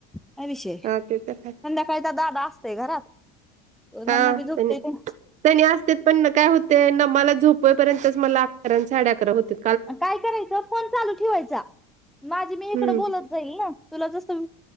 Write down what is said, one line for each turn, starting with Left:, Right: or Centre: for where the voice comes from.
Centre: काय विषय संध्याकाळी
Right: हा ते तर आहे
Centre: काय दादा असतोय घरात.
Right: हा
Centre: मम्मी झोपतय
Right: तेनी
Centre: ते
Right: तेनी असतेत. पण ना काय होतंय नमाला झोपवे पर्यंतच मला अकरा आणि साडे अकरा होतेत.
Centre: काय करायचं फोन चालू ठेवायचा माझी मी इकडं
Right: हम्म
Centre: बोलत जाईल ना तुला जसं